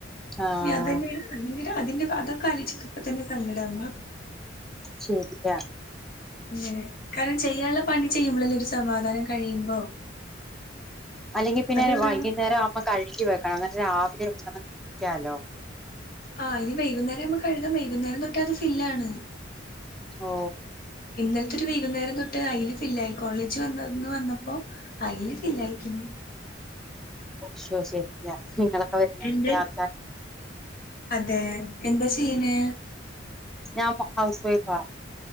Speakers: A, in the centre; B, on the left (about 50°).
A: ആഹ്
B: ന അതന്നെ അ അതിന്റെ അതൊക്കെ അലിച്ച് ഇപ്പ തന്നെ സങ്കടം ആവാ
A: ശരിയ
B: അങ്ങനെ കാരണം ചെയ്യാനുള്ള പണി ചെയ്യുമ്പളല്ലേ ഒരു സമാധാനം കഴിയുമ്പോ
A: അല്ലെങ്കി പിന്നെ
B: അതവിടാണ്
A: വൈകുന്നേരം ആവുമ്പ കഴുകി വെക്കണം എന്നിട്ട് രാവിലെ <unintelligible> ക്കാലോ
B: ആഹ് ഇനി വൈകുന്നേരവുമ്പം കഴുകാ വൈകുന്നേരം തൊട്ട് അത് ഫില്ലാണ്.
A: ഓ
B: ഇന്നലത്തെ ഒരു വൈകുന്നേരം തൊട്ട് അയിൽ ഫില്ലായി കോളേജ് വന്നന്ന് വന്നപ്പോ അയില് ഫില്ലായിക്ക്ണു
A: ശോ ശരിയാ നിങ്ങളൊക്കെ വെരുന്നേന്
B: എന്ത്?
A: മുമ്പേ ആക്കാന്
B: അതെ എന്താ ചെയ്യ്ണേ?
A: ഞാൻ ഇപ്പ ഹൗസ് വൈഫാ.